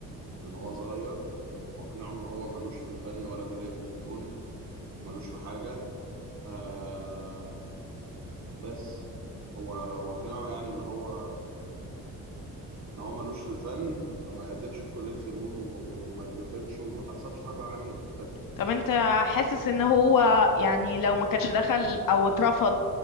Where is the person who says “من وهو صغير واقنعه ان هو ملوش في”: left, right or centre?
Right